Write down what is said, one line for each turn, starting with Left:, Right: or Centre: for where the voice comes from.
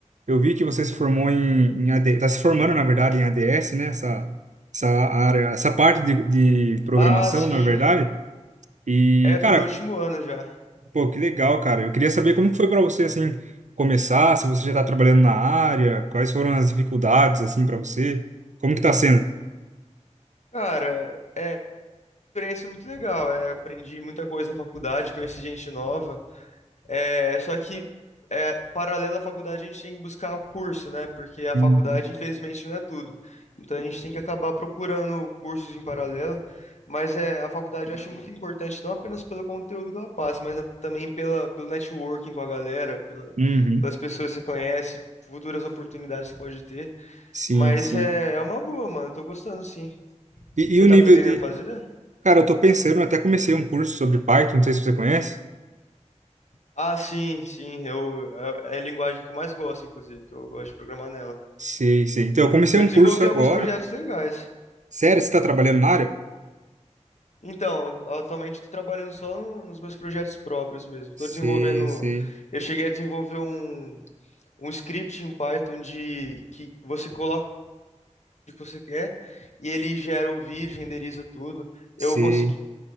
Right: Eu vi que você se formou em, em AD, tá se formando, na verdade, em ADS, né? Essa, essa área, essa parte de, de programação,
Left: Ah, sim.
Right: na verdade. E,
Left: É, tô
Right: cara,
Left: no último ano já.
Right: pô, que legal, cara. Eu queria saber como que foi pra você, assim, começar, se você já tá trabalhando na área, quais foram as dificuldades, assim, pra você. Como que tá sendo?
Left: Cara, é uma experiência muito legal. É, aprendi muita coisa na faculdade, conheci gente nova. É, só que é, paralelo à faculdade a gente tem que buscar curso, né? Porque a
Right: Uhum.
Left: faculdade, infelizmente, não é tudo. Então a gente tem que acabar procurando cursos em paralelo. Mas é, a faculdade eu acho muito importante, não apenas pelo conteúdo que ela passa, mas a- também pela, pelo networking com a galera, pela-
Right: Uhum.
Left: pelas pessoas que você conhece, futuras oportunidades que pode ter.
Right: Sim,
Left: Mas
Right: sim.
Left: é, é uma boa, mano. Tô gostando, sim.
Right: E,
Left: Você
Right: e o
Left: tá
Right: nível
Left: pretendendo
Right: de.
Left: fazer?
Right: Cara, eu tô pensando, eu até comecei um curso sobre Python, não sei se você conhece.
Left: Ah, sim, sim. Eu, é é a linguagem que eu mais gosto, inclusive, que eu gosto de programar nela.
Right: Sei, sei. Então, eu comecei
Left: Eu
Right: um
Left: desenvolvi
Right: curso agora.
Left: alguns projetos legais.
Right: Sério, você tá trabalhando na área?
Left: Então, atualmente estou trabalhando só no- nos meus projetos próprios mesmo. Estou
Right: Sei,
Left: desenvolvendo.
Right: sei,
Left: Eu cheguei a desenvolver um, um script em Python de que você coloca o que você quer e ele gera o vídeo, renderiza tudo.
Right: sei.
Left: Eu consegui